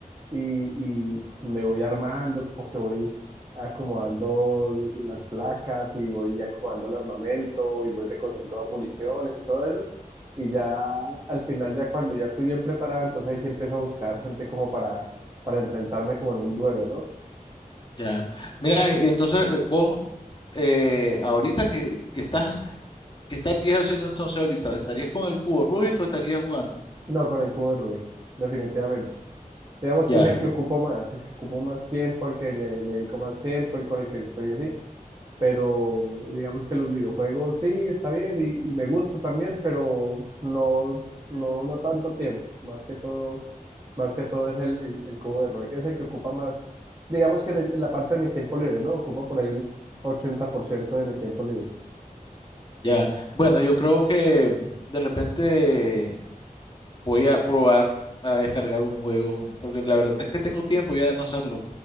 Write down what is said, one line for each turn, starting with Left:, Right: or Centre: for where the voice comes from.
Right: y, y me voy armando, como que voy acomodando las placas y voy acomodando el armamento y voy recogiendo municiones y todo eso. Y ya al final, ya cuando ya estoy bien preparado, entonces ahí sí empiezo a buscar gente como para, para enfrentarme como en un duelo, ¿no?
Left: Ya. Mira, y entonces eh, vos, eh, ahorita que, que estás, ¿qué estarías haciendo entonces ahorita? ¿Estarías con el cubo Rubik o estarías jugando?
Right: No, con el cubo de Rubik, definitivamente. Digamos que
Left: Ya,
Right: es el que ocupo más, el que ocupo más tiempo, el que le, le dedico más tiempo, el con el que estoy así. pero digamos que los videojuegos sí, está bien y, y me gusta también, pero no, no, no tanto tiempo, más que todo, más que todo es el, el, el cubo de Rubik, es el que ocupa más, digamos que en, el- en la parte de mi tiempo libre, ¿no? Ocupa por ahí un 80% de mi tiempo libre.
Left: ya. Bueno, yo creo que de repente. Voy a probar a descargar un juego, porque la verdad es que tengo tiempo ya de no hacerlo.